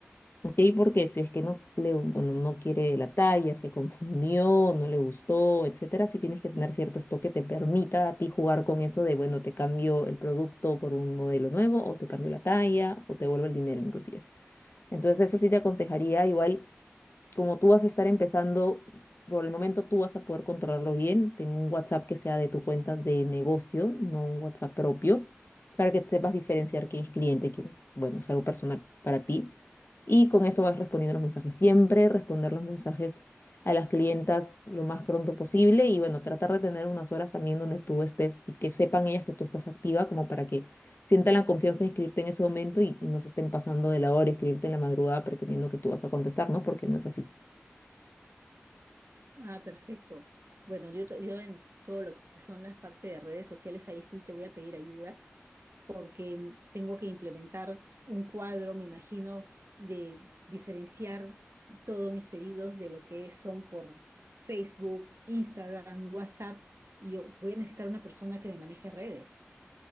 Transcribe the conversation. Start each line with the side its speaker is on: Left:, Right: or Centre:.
Left: Ok, porque si es que no le, bueno, no quiere la talla, se confundió, no le gustó, etcétera, sí tienes que tener cierto stock que te permita a ti jugar con eso de, bueno, te cambio el producto por un modelo nuevo, o te cambio la talla, o te vuelvo el dinero inclusive. Entonces, eso sí te aconsejaría igual como tú vas a estar empezando, por el momento tú vas a poder controlarlo bien. Ten un WhatsApp que sea de tu cuenta de negocio, no un WhatsApp propio, para que sepas diferenciar quién es cliente, y quién, bueno, es algo personal para ti. Y con eso vas respondiendo los mensajes siempre, responder los mensajes a las clientas lo más pronto posible y bueno, tratar de tener unas horas también donde tú estés y que sepan ellas que tú estás activa como para que sientan la confianza de escribirte en ese momento y, y no se estén pasando de la hora, escribirte en la madrugada pretendiendo que tú vas a contestar, ¿no? Porque no es así.
Right: Ah, perfecto. Bueno, yo, to- yo en todo lo que son las partes de redes sociales, ahí sí te voy a pedir ayuda porque tengo que implementar un cuadro, me imagino, de diferenciar todos mis pedidos de lo que son por Facebook, Instagram, WhatsApp, y yo voy a necesitar una persona que me maneje redes.